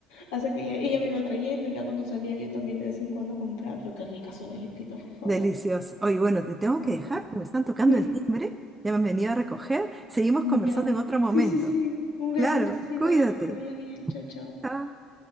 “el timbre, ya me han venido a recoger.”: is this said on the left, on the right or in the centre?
Right